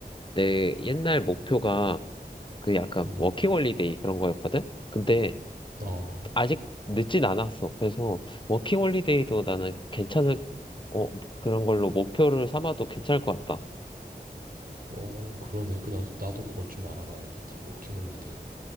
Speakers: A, on the left; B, on the right.
A: 내 옛날 목표가, 그 약간,
B: 음,
A: 워킹홀리데이 그런 거였거든? 근데,
B: 어,
A: 아직 늦진 않았어. 그래서, 워킹홀리데이도 나는 괜찮을, 어, 그런 걸로 목표를 삼아도 괜찮을 것 같다.
B: 어 그러네. 그 나도 나도 그것 좀 알아봐야겠다. 워킹 홀리데이.